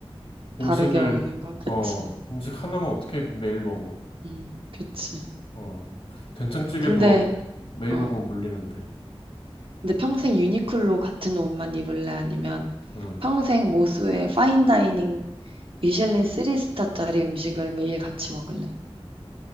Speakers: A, on the left; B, on the right.
A: 음식을,
B: 다르게 먹는 거? 그치.
A: 어, 음식 하나만 어떻게 이렇게 매일 먹어.
B: 음, 그치.
A: 어, 된장찌개도
B: 근데,
A: 매일
B: 어,
A: 먹으면 물리는데.
B: 근데 평생 유니클로 같은 옷만 입을래? 아니면
A: 응.
B: 평생 모수의 파인다이닝 미슐린 3스타짜리 음식을 매일 같이 먹을래?